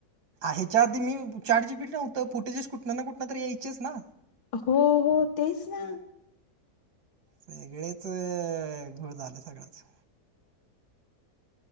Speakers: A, on the right; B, on the left.
A: ह्याच्या आधी मी चाट जिपिटी नव्हतं चफुटेजेस कुठं ना कुठं तरी यायचेच ना.
B: हो हो तेच ना
A: सगळेच घोळ झाले सगळंच